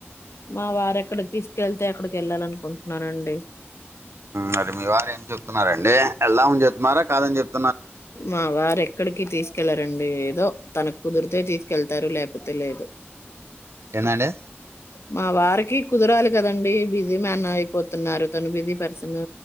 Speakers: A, on the left; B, on the right.
A: మా వారు ఎక్కడికి తీసుకెళ్తే అక్కడికి వెళ్ళాల అనుకుంటున్నానండి.
B: మరి మీ వారు ఏం చెప్తున్నారండి వెళ్దామని చెప్తున్నారా కాదని చెప్తు
A: మా వారే ఎక్కడకి తీస్ కెళ్ళ రండి ఏదో తన కుదిరితే తీసుకెళ్తారు లేపోతే లేదు
B: ఏందండి
A: మా వారికి కుదరాలి కదండి బిజీ మ్యాన్ అయిపోతున్నారు. తను బిజీ పర్సన్